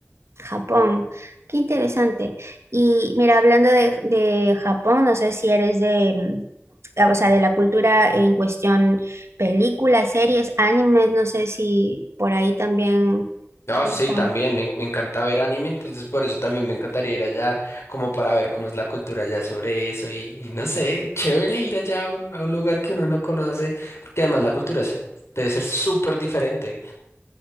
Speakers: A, on the right; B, on the left.
A: Japón, qué interesante. Y mira, hablando de, de Japón, no sé si eres de, mm, o sea, de la cultura en cuestión, películas, series, animes, no sé si por ahí también
B: Ah,
A: te gustan.
B: sí, también, me, me encanta ver anime, entonces por eso también me encantaría ir allá como para ver cómo es la cultura allá sobre eso y, y no sé, chévere ir allá a un, a un lugar que uno no conoce, porque además la cultura se- debe ser súper diferente.